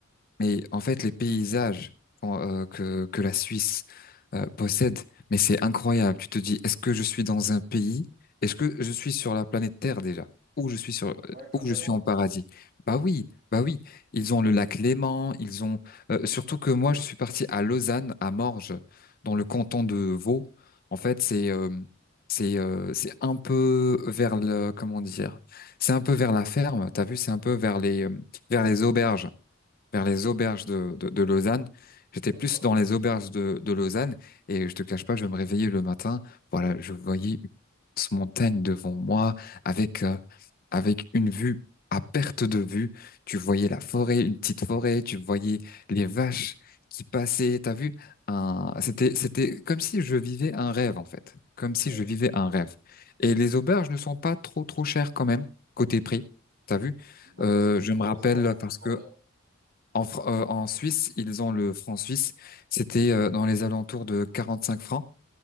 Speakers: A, on the left; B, on the right.
A: Mais en fait, les paysages qu'on- euh, que, que la Suisse euh, possède, mais c'est incroyable. Tu te dis, est-ce que je suis dans un pays? Est-ce que je suis sur la planète Terre déjà? Ou je suis sur, euh,
B: Ouais, carrément.
A: ou je suis en paradis? Bah
B: Ok,
A: oui, bah oui. Ils ont le lac Léman, ils ont, euh, surtout que moi, je suis parti à Lausanne, à Morges, dans le canton de Vaud. En fait, c'est, euh, c'est, euh, c'est un peu vers le, comment dire? C'est un peu vers la ferme. T'as vu, c'est un peu vers les, euh, vers les auberges vers les auberges de, de, de Lausanne. J'étais
B: d'accord.
A: plus dans les auberges de, de Lausanne et je te cache pas, je me réveillais le matin. Voilà, je voyais une immense montagne devant moi avec, euh, avec une vue à perte de vue. Tu voyais la forêt, une petite forêt, tu voyais les vaches qui passaient. T'as vu? Un... C'était, c'était comme si je vivais un rêve, en fait. Comme
B: Bon,
A: si
B: Ouais.
A: je vivais un rêve. Et les auberges ne sont pas trop, trop chères quand même, côté prix. T'as vu?
B: D'accord,
A: Euh,
B: ça coûte
A: je me
B: aux
A: rappelle
B: alentours de
A: parce
B: combien?
A: que en, Fr- euh, en Suisse, ils ont le franc suisse. C'était euh, dans les alentours de 45 francs